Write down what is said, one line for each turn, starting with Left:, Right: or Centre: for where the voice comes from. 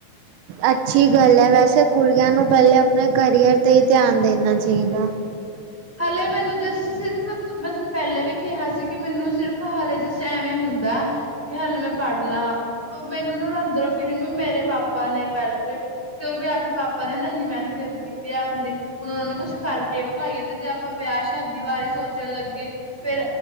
Right: ਅੱਛੀ ਗੱਲ ਹੈ, ਵੈਸੇ ਕੁੜੀਆਂ ਨੂੰ ਪਹਿਲੇ ਆਪਣੇ ਕਰੀਅਰ ਤੇ ਹੀ ਧਿਆਨ ਦੇਣਾ ਚਾਹੀਦਾ।
Centre: ਹਲੇੇ ਮੈਨੂੰ ਜਸਟ ਸਿਰਫ ਮੈਂ ਤੁਹਾਨੂੰ ਪਹਿਲਾਂ ਵੀ ਕਿਹਾ ਸੀ, ਕਿ ਮੈਨੂੰ ਸਿਰਫ਼ ਹਾਲੇ ਜਸਟ ਐਵੇਂ ਹੁੰਦਾ। ਕਿ ਹਾਲੇ ਮੈਂ ਪੜ੍ਹ ਲਾਂ, ਮੈਨੂੰ ਨਾ ਅੰਦਰੋਂ ਫੀਲਿੰਗ ਵੀ ਮੇਰੇ ਪਾਪਾ ਨੇ ਪਹਿਲ ਤੇ, ਉਹ ਵੀ ਆਪਣੇ ਪਾਪਾ ਨੇ ਉਹ ਨਾ ਇੰਨੀ ਮਿਹਨਤ ਕੀਤੀ ਹੈ ਆਪਣੇ ਲਈ, ਹੁਣ ਉਹਨਾਂ ਨੂੰ ਕੁੱਛ ਕਰਕੇ ਵਿਖਾਈਏ ਤੇ ਜੇ ਆਪਾਂ ਵਿਆਹ ਸ਼ਾਦੀ ਬਾਰੇ ਸੋਚਣ ਲੱਗੇ ਫੇਰ